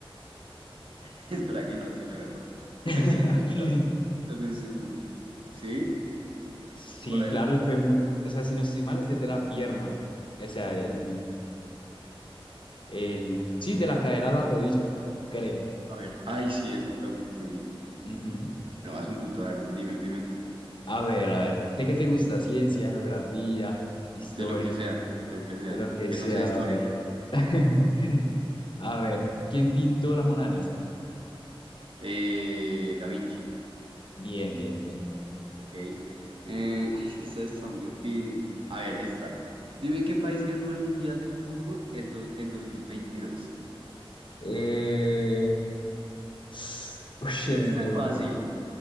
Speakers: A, on the right (about 60°); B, on the left (about 55°).
A: <laughs> espera que no sé, la verdad. es
B: <laughs>
A: la acabo de inventar. Dame un segundo. ¿Sí?
B: Sí,
A: Hola,
B: claro, el fémur. O sea, si no estoy mal, ese es el de la pierna. O sea, el, El, sí, de la cadera a la rodilla, creo.
A: a ver. Ay, sí, es el fémur. Muy bien.
B: Ujú.
A: Bueno, vas un punto, a ver, dime, dime tú.
B: A ver, a ver, ¿de qué te gusta? Ciencia, geografía, historia,
A: De lo que sea, lo que sea.
B: de lo que
A: Que
B: sea,
A: no sea historia.
B: a ver. <laughs> A ver, ¿quién pintó la Mona Lisa?
A: Eh, Da Vinci.
B: Bien, bien, bien.
A: Ok. Eh, ay, es que eso es tan difícil. A ver, esta. Dime qué país ganó el Mundial de Fútbol el dos, en dos mil veintidós.
B: Eh... <sighs> Uy,
A: Eso
B: en
A: está
B: el 2000.
A: fácil.